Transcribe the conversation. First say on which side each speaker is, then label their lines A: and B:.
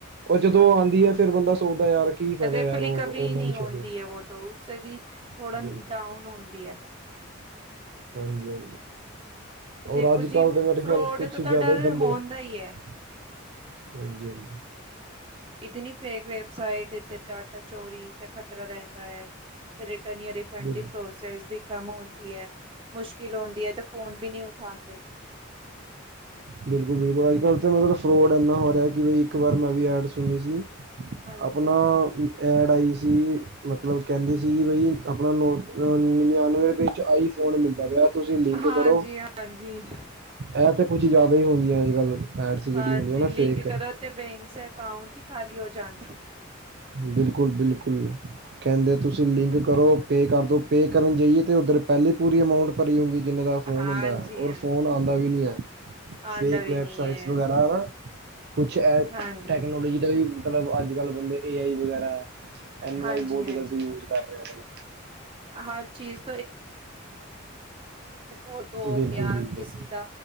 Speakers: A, on the right; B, on the right.
A: ਉਹ ਜਦੋਂ
B: ਹਾਂਜੀ।
A: ਉਹ ਆਉਂਦੀ ਹੈ ਫਿਰ ਬੰਦਾ ਸੋਚਦਾ ਯਾਰ ਕੀ ਫਾਇਦਾ
B: ਰਿਪਲੀ
A: ਯਾਰ ਓਨਲਾਈਨ
B: ਕਭੀ ਨਹੀਂ ਹੁੰਦੀ
A: ਸ਼ੋਪਿੰਗ।
B: ਹੈ ਵੋ ਤੋ ਉਸਸੇ ਵੀ ਥੋੜਾ
A: ਦਾ ਬਿਲਕੁਲ
B: ਡਾਊਨ ਹੁੰਦੀ ਹੈ।
A: ਹਾਂਜੀ ਹਾਂਜੀ।
B: ਦੇਖੋ
A: ਔਰ ਅਜ
B: ਜੀ
A: ਕੱਲ ਤਾਂ ਮੇਰੇ
B: ਫਰੋਡ
A: ਖਿਆਲ ਕੁਛ
B: ਦਾ ਤਾਂ
A: ਜ਼ਿਆਦਾ
B: ਡਰ
A: ਹੀ ਬੰਦੇ।
B: ਹੋਂਦਾ
A: ਹਾਂਜੀ
B: ਹੀ ਹੈ।
A: ਹਾਂਜੀ।
B: ਇਤਨੀ ਫੇਕ ਵੈਬਸਾਈਟ ਅਤੇ ਡਾਟਾ ਚੋਰੀ ਦਾ ਖ਼ਤਰਾ ਰਹਿੰਦਾ ਹੈ। ਤੇ ਰਿਟਰਨ ਜਾਂ ਰਿਫੰਡ
A: ਬਿਲਕੁਲ
B: ਦੀ ਪ੍ਰੋਸੈਸ ਵੀ। ਕੰਮ ਹੁੰਦੀ ਹੈ ਮੁਸ਼ਕਿਲ ਆਉਂਦੀ ਹੈ ਤੇ ਫੋਨ ਵੀ ਨਹੀ ਉਠਾਉਂਦੇ।
A: ਬਿਲਕੁਲ ਬਿਲਕੁਲ ਅੱਜ ਕੱਲ ਤੇ ਮਤਲਬ ਫਰੋਡ ਇਨਾ ਹੋਆ। ਇਹ ਕਿ ਬਈ ਇੱਕ ਵਾਰ ਮੈਂ ਵੀ ਐਡ ਸੁਣੀ ਸੀ।
B: ਹਾਂਜੀ
A: ਆਪਣਾ
B: ਹਾਂਜੀ।
A: ਐਡ ਆਈ ਸੀ। ਜੀ ਮਤਲਬ ਕਹਿੰਦੇ ਸੀ ਕਿ ਬਈ ਆਪਣਾ ਨਨਿਆਵੇਂ ਰੁਪਏ ਵਿੱਚ ਆਈ ਫੋਨ ਮਿਲਦਾ ਪਿਆ ਤੁਸੀਂ ਲਿੰਕ
B: ਹਾਂਜੀ
A: ਕਰੋ।
B: ਹਾਂਜੀ
A: ਇਹ ਤਾਂ ਕੁੱਛ ਜ਼ਿਆਦਾ ਹੀ ਹੁੰਦੀ ਹੈ ਅੱਜ ਕੱਲ। ਐਡਸ ਜਿਹੜੀ
B: ਹਾਂਜੀ
A: ਹੁੰਦੀਆਂ ਨਾ
B: ਲਿੰਕ
A: ਫੇਕ
B: ਕਰੋ ਤੇ ਬੈਂਕਸ ਅਕਾਉਂਟ ਹੀ ਖਾਲੀ ਹੋ ਜਾਂਣ।
A: ਬਿਲਕੁਲ ਬਿਲਕੁਲ। ਕਹਿੰਦੇ ਤੁਸੀਂ ਲਿੰਕ ਕਰੋ ਪੇ ਕਰਦੋ ਪੇ ਕਰਨ ਜਾਈਏ ਤੇ ਉੱਧਰ ਪਹਿਲੇ ਪੂਰੀ ਅਮਾਊਂਟ ਭਰੀ ਹੁੰਦੀ। ਜਿੰਨੇ ਦਾ ਫੋਨ
B: ਹਾਂਜੀ
A: ਹੁੰਦਾ
B: ਹਾਂਜੀ
A: ਫੋਨ ਆਉਂਦਾ ਵੀ ਨੀ ਹੈ
B: ਆਉਂਦਾ
A: ਫੇਕ
B: ਵੀ
A: ਵੈਬਸਾਈਟ
B: ਨਹੀਂ ਹੈ
A: ਵਗੈਰਾ ਨਾ। ਕੁਛ ਇਹ
B: ਹਾਂਜੀ।
A: ਟੈਕਨੋਲੋਜੀ ਦਾ ਵੀ ਮਤਲਬ ਅੱਜ ਕੱਲ੍ਹ ਬੰਦੇ ਏ ਆਈ ਵਗੈਰਾ ਹੈ। ਐਨਾਲਾਇਜ
B: ਹਾਂਜੀ
A: ਬਹੁਤ
B: ਹਾਂਜੀ
A: ਗਲਤ ਯੂਜ ਕਰਦੇ ਨੇ।
B: ਹਰ ਚੀਜ਼ ਫੋਟੋ ਹੋ
A: ਬਿਲਕੁਲ
B: ਗਿਆ
A: ਬਿਲਕੁਲ
B: ਕਿਸੇ ਦਾ